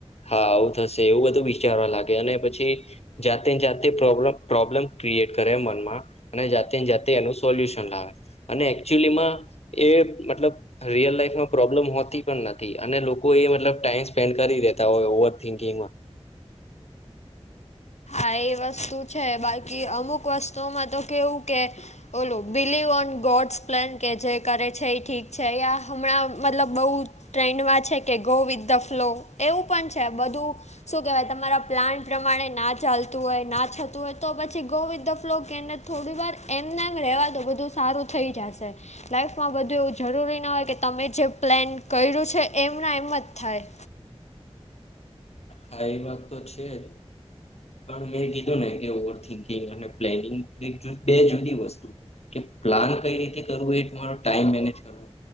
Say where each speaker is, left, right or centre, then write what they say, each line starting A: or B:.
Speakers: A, on the left; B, on the left.
A: હા આવું થશે એવું બધું વિચારવા લાગે પછી જાતે ને જાતે પ્રોબ્ પ્રોબ્લેમ ક્રિએટ કરે મનમાં અને જાતે ને જાતે એનું સોલ્યુશન લાવે અને એકચુલીમાં એ મતલબ રિયલ લાાઈફમાં પ્રોબ્લેમ હોતી પણ નથી અને લોકો એ મતલબ ટાઈમ સ્પેન્ડ કરી દેતા હોય ઓવર થિન્કિંગમાં
B: આ એ વસ્તુ છે બાકી અમુક વસ્તુઓમાં તો કેવું કે બોલો બલીવ ઓન ગોડ્સ પ્લાન કે જે કરે છે એ ઠીક છે યા હણા મતલબ બહુ ટ્રેન્ડમાં છે કે ગો વિથ ધ ફ્લો એવું પણ છે બધું શું કેહેવાય તમારા પ્લાન પ્રમાણે ના ચાલતું હોય ના થતું હોય તો પછી ગો વિથ ધ ફ્લો કે એને થોડી વાર એમને એમ રહેવા દો બધું સારું થઈ જશે લાઈફમાં બધું એવું જરૂરી ના હોય કે તમે જે પ્લેન કર્યું છે એમના એમ જ થાય
A: હા એ વાત તો છે જ પણ મેં કીધું ને કે ઓવર થિંકિંગ અને પ્લેનિંગ એક બે જુદી વસ્તુ કે પ્લાન કઈ રીતે કરવું એ તમારો ટાઈમ મેનેજ કરવો